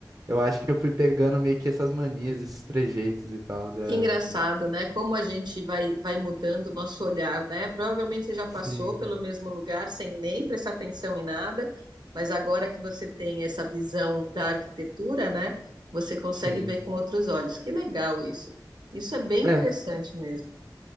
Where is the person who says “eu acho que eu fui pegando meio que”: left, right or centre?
Right